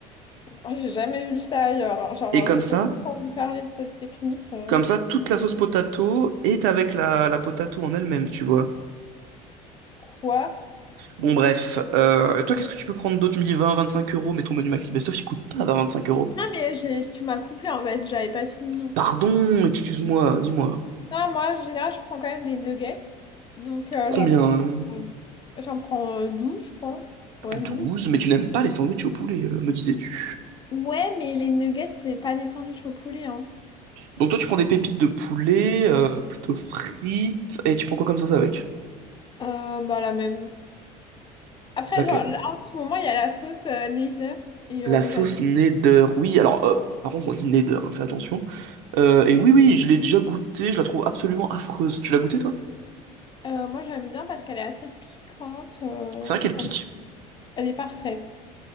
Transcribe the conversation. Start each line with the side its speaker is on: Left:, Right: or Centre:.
Left: Ah, J'ai jamais vu ça ailleurs. hein. Genre,
Right: Et comme
Left: j'ai
Right: ça,
Left: jamais entendu parler de cette technique. euh.
Right: comme ça, toute la sauce potato est avec la, la potato en elle-même, tu vois.
Left: Quoi?
Right: Bon, bref. Euh, toi, qu'est-ce que tu peux prendre d'autre? Tu me dis 20, 25 euros, mais ton menu Maxi Best-of, il coûte pas 20, 25 euros.
Left: Non, mais j'ai, tu m'as coupé en fait, j'avais pas fini. Non,
Right: Pardon, excuse-moi, dis-moi.
Left: moi, en général, je prends quand même des nuggets. Donc, euh,
Right: Combien?
Left: j'en prends,
Right: euh
Left: euh, j'en prends euh, 12, je crois. Ouais,
Right: 12,
Left: douze
Right: mais tu n'aimes pas les sandwichs au poulet, euh, me disais-tu.
Left: Ouais, mais les nuggets, c'est pas des sandwichs au poulet, hein.
Right: Donc toi, tu prends des pépites de poulet, euh, plutôt frites, et tu prends quoi comme sauce avec?
Left: Euh, bah, la même. Après,
Right: Laquelle?
Left: genre, là, en ce moment, il y a la sauce euh, Nether et
Right: La
Left: euh,
Right: sauce
Left: j'adore.
Right: Neder, oui. Alors, euh, par contre, on dit Neder, hein, fais attention. Euh, et oui, oui, je l'ai déjà goûtée, je la trouve absolument affreuse. Tu l'as goûtée, toi?
Left: Euh, moi, j'aime bien parce qu'elle est assez piquante. euh,
Right: C'est vrai qu'elle pique.
Left: elle elle est parfaite.